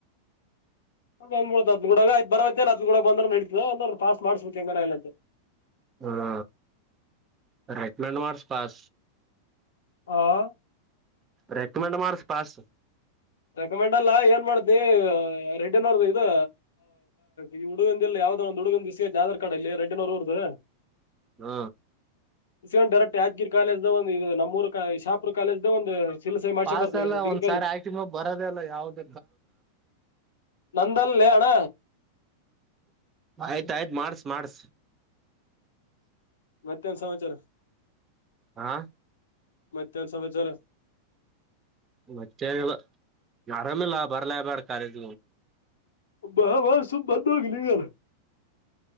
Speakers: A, on the left; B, on the right.
A: ಬಂದ್ಬಡದ್ ಗೂಡಯತ್ ಬರವ ನ ಅದ್ ಗೂಡ ಬಂದ ನಡಿತದ ಒಂದ್ರು ಪಾಸ್ ಮಾಡಸು ಚಂಗರಲ್ಲ ಅಂತ
B: ಹಾ ರೈತನಾನವಾರ್ಸ್ ಪಾಸ್
A: ಹಾ
B: ರೆಕಮೆಂಡ್ ಮಾಡರ್ಸ್ ಪಾಸ್
A: ರೆಕಮೆಂಡ್ ಅಲ್ಲ ಏನ್ ಮಾಡ್ದಿ ರೆಡ್ಡಿ ನೋಡ ಇದು ಈ ಹುಡುಗಂದ ಇಲ್ಲಿ ಯಾವ್ದದ ಒಂದು ಹುಡುಗಂದ ದಿವಸ ಆಧಾರ್ ಕಾರ್ಡ್ ಉರದ
B: ಹ್ಮ
A: ಇಸ್ಗೊಂಡ್ ಡೈರೆಕ್ಟ್ ಯಾದ್ಗೀರಿ ಕಾಲೇಜ್ ಒಂದು ಇದು ನಮ್ಮೂರ್ ಶಾಪುರ್ ಕಾಲೇಜ್ ದ ಒಂದು ಸಿಲ್ ಸಹಿ ಮಾಡ್ಸ್ಕೊಂಡ್
B: ಪಾಸ್
A: ಬರ್ತೀನಿ
B: ಎಲ್ಲ
A: ಡಿಗ್ರಿ
B: ಒಂದ್ಸಾರಿ ಆಕ ಮ ಬರದಲ್ಲ ಯಾವ್ದ
A: ನಂದನ್ ಲೇ ಅಣ್ಣ
B: ಆಯ್ತ್ ಆಯ್ತ್ ಮಾಡಸ ಮಾಡಸ
A: ಮತ್ತೆನ್ ಸಮಾಚಾರ.
B: ಹಾ
A: ಮತ್ತೆನ್ ಸಮಾಚಾರ
B: ಮತ್ತೆ ಏನ ಇಲ್ಲ ಆರಾಮಲ್ಲ ಬರಲೇ ಬೇಡ ಕಾಲೇಜ
A: ಮಾ ಬಾ ಬಾ ಸಮ ಬಧ ಹೋಗ ನೀ ಇಲ್ಲಿಗರ್